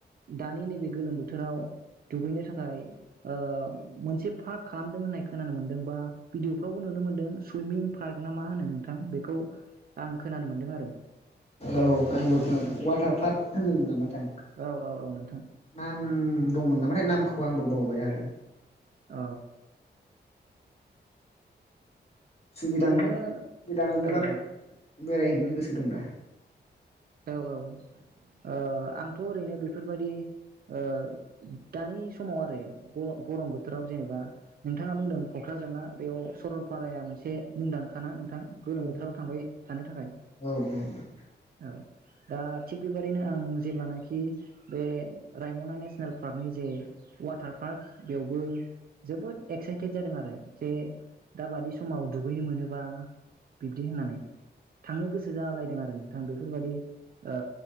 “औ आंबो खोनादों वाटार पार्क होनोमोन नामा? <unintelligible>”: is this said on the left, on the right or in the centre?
Left